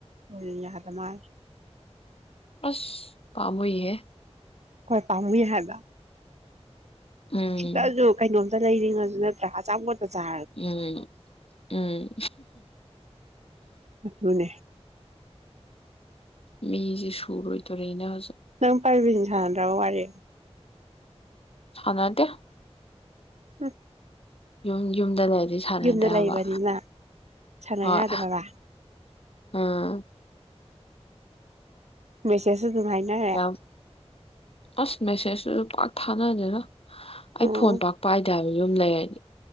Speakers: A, on the right; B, on the left.
A: ꯎꯝ ꯌꯥꯗ ꯃꯥꯜꯂꯤ
B: ꯑꯁ ꯀꯥꯃ ꯏꯦ
A: ꯈꯣꯏ ꯄꯝꯏ ꯍꯥꯏꯕ
B: ꯎꯝ
A: ꯁꯤꯇꯁꯨ ꯀꯩꯅꯣ ꯂꯩꯔꯤꯉꯁꯨ ꯅꯠꯇ꯭ꯔ ꯆꯥ
B: ꯎꯝ ꯎꯝ
A: ꯑꯗꯨꯅꯦ
B: ꯃꯤꯖꯦ ꯁꯨꯔ ꯑꯣꯏꯣꯏ ꯇ ꯔꯦꯅꯁꯨ
A: ꯅꯪ ꯄꯥꯏꯕꯤꯅꯤ ꯁꯥꯟꯗ꯭ꯔꯕ ꯋꯥꯔꯤꯔꯦ
B: ꯊꯅꯗ
A: ꯎꯝ
B: ꯌꯨꯝ ꯌꯨꯝꯗ ꯂꯩꯔꯗꯤ ꯁꯥꯟꯅꯗꯦ
A: ꯌꯨꯝꯗ
B: ꯍꯥꯏꯕ
A: ꯂꯩꯕꯅꯤꯅ ꯁꯥꯟꯅ
B: ꯍꯣꯏ
A: ꯌꯥꯗ꯭ꯔꯕ
B: ꯑꯥ
A: ꯃꯦꯁꯦꯁ ꯑꯗꯨꯝ ꯍꯥꯏꯅꯔꯦ
B: ꯌꯥꯝ ꯑꯁ ꯃꯦꯁꯦꯁ ꯁꯤꯖꯨ ꯄꯥꯛ ꯊꯥꯅꯗꯦꯗ
A: ꯑꯣ
B: ꯑꯩ ꯐꯣꯟ ꯄꯥꯛ ꯄꯥꯏꯗꯦ ꯍꯥꯏꯕ ꯌꯨꯝ ꯂꯩꯔꯅꯤ